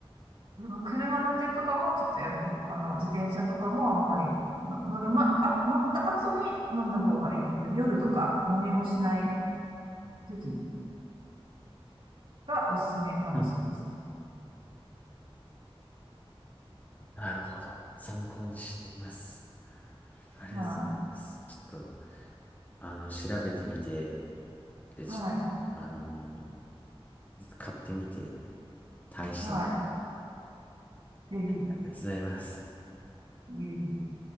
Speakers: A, on the right; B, on the left.
A: でも車の運転とかもちょっとやめた方が、あの、自転車とかもあんまりの乗る、ま、あ、乗った後に飲んだ方がいい。夜とか何もしない時がおすすめかもしれないです。
B: うん。うんなるほど。参考にしています。ありがとうございます。
A: は
B: ちょっと、あの、調べてみて、で、
A: い。
B: ちょっと、
A: はい。
B: あのー買ってみて、試してみます。
A: はい。ぜひ、
B: ありがとうございます。
A: いえいえ